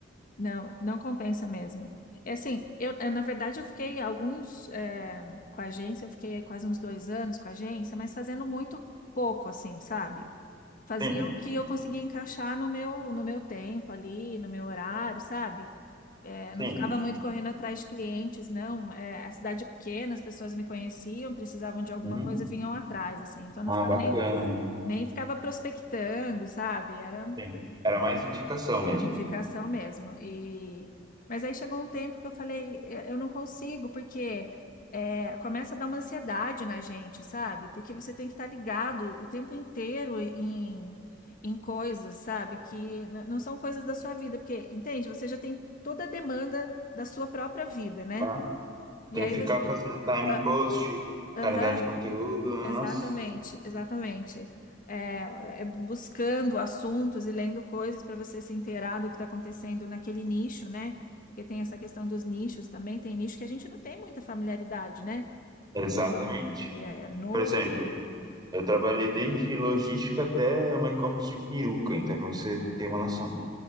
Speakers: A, on the left; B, on the right.
A: Não, não compensa mesmo. É assim, eu, eh, na verdade, eu fiquei alguns, eh, com a agência, eu fiquei aí quase uns dois anos com a agência, mas fazendo muito pouco, assim, sabe? Fazia
B: Sim,
A: o que eu conseguia encaixar no meu, no meu tempo ali, no meu horário, sabe? Eh, não
B: sim.
A: ficava muito correndo atrás de clientes, não. Eh, a cidade é pequena, as pessoas me conheciam, precisavam de alguma
B: Uhum.
A: coisa, vinham atrás, assim. Então, não
B: Ah,
A: ficava
B: bacana.
A: nem, nem ficava prospectando, sabe? Era
B: Sim. Era mais indicação mesmo.
A: Indicação mesmo. E mas aí chegou um tempo que eu falei, eu eu não consigo, porque é, começa a dar uma ansiedade na gente, sabe? Porque você tem que estar ligado o tempo inteiro em, em coisas, sabe? Que n- não são coisas da sua vida, porque, entende? Você já tem toda a demanda da sua própria vida, né?
B: É.
A: E
B: Tem
A: aí
B: que ficar
A: você.
B: fazendo timing
A: ah,
B: post,
A: Aham,
B: calendário de conteúdo, nossa.
A: Exatamente, exatamente. É, é buscando assuntos e lendo coisas para você se inteirar do que está acontecendo naquele nicho, né? Porque tem essa questão dos nichos também, tem nicho que a gente não tem muita familiaridade, né?
B: Exatamente.
A: E é, é novo.
B: Por exemplo, eu trabalhei desde logística até uma e-commerce de peruca, então para você ter uma noção.